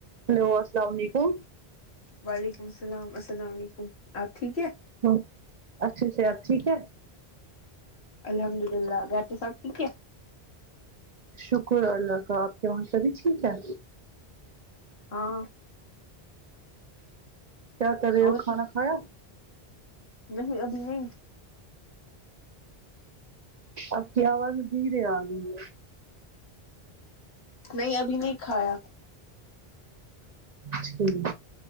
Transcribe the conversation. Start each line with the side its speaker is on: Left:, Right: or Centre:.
Right: hello السلاو علیکم
Left: وعلیکم السلام السلام علیکم آپ ٹھیک ہے
Right: ہاں اچھے سےآپ ٹھیک ہے
Left: الحمد للہ گھر پے سب ٹھیک ہے
Right: شکر ہے اللہ کا آپ کے وہاں سبھی ٹھیک ہے
Left: ہاں
Right: کیا کر رہے
Left: اور
Right: ہو کھانا کھایا
Left: نہیں ابھی نہیں
Right: آپ کی آواز دھیرے آ رہی ہے
Left: نہیں ابھی نہیں کھایا
Right: ٹھیک